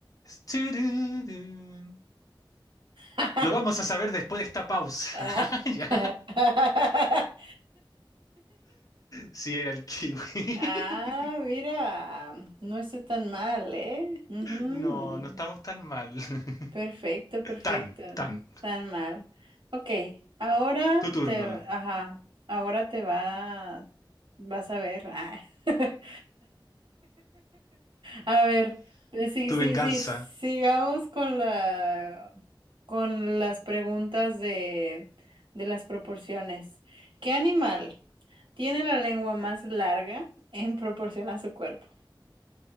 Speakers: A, on the left; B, on the right.
A: Tururún.
B: <laughs>
A: Lo vamos a saber después de esta pausa.
B: Ah,
A: <laughs> Ya.
B: <laughs>
A: Sí, era el kiwi.
B: ah, mira,
A: <laughs>
B: no estoy tan mal, eh Ujú.
A: No, no estamos tan mal. <laughs>
B: Perfecto, perfecto.
A: Tan, tan.
B: Tan mal. Ok, ahora
A: Tu turno,
B: te, ajá, ahora te va, vas a ver. ah. <laughs> A ver, eh, sí,
A: tu
B: sí,
A: venganza.
B: sí, sigamos con la, con las preguntas de, de las proporciones. ¿Qué animal tiene la lengua más larga en proporción a su cuerpo?